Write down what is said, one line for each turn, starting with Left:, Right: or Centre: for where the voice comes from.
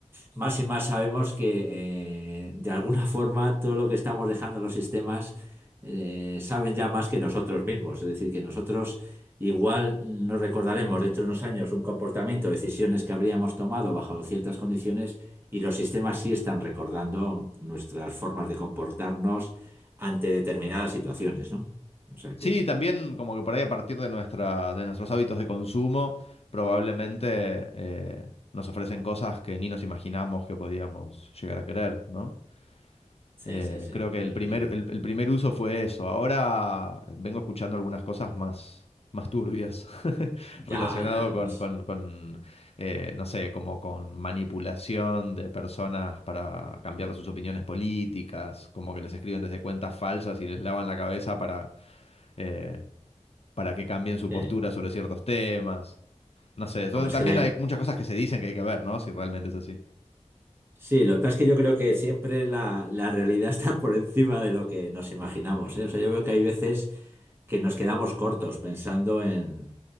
Right: más y más sabemos que eh, de alguna <laughs> forma todo lo que estamos dejando en los sistemas eh, saben ya más que nosotros mismos. Es decir, que nosotros igual nos recordaremos dentro de unos años un comportamiento, decisiones que habríamos tomado bajo ciertas condiciones y los sistemas sí están recordando nuestras formas de comportarnos ante determinadas situaciones, ¿no? O sea
Left: Sí,
Right: que...
Left: también como que por ahí a partir de nuestra, de nuestros hábitos de consumo, probablemente eh, nos ofrecen cosas que ni nos imaginamos que podíamos llegar a querer, ¿no?
Right: Sí,
Left: Eh,
Right: sí, sí,
Left: creo que
Right: yo
Left: el primer,
Right: creo.
Left: el, el primer uso fue eso. Ahora vengo escuchando algunas cosas más, más turbias <laughs> relacionado
Right: Ya, ya.
Left: con,
Right: es-
Left: con, con, eh, no sé, como con manipulación de personas para cambiarle sus opiniones políticas, como que les escriben desde cuentas falsas y les lavan la cabeza para... eh, para que cambien su
Right: sí.
Left: postura sobre ciertos temas. No sé, son-
Right: Hombre, es
Left: también
Right: que la...
Left: hay muchas cosas que se dicen que hay que ver, ¿no? Si realmente es así.
Right: Sí, lo que pasa es que yo creo que siempre la, la realidad <laughs> está por encima de lo que nos imaginamos, ¿eh? O sea, yo veo que hay veces que nos quedamos cortos pensando en,